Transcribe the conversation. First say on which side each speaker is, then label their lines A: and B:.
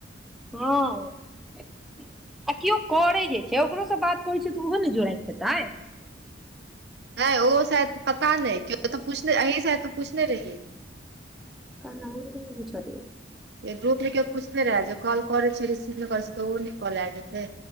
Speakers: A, in the centre; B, on the right.
A: हँ आ किओ करै जे छै ओकरो स बात करै छै तऽ ओहो ने जोड़ाइत हेतै
B: नयै ओ शायद पता नय किया तऽ अहि शायद पूछने रहियै
A: काहा हम नय पुछलियै
B: ग्रुप मे कियो पुछने रहे जे काॅल करै छेलही से रिसीव नय करै छै तऽ ओ नय कॉल एल हेतै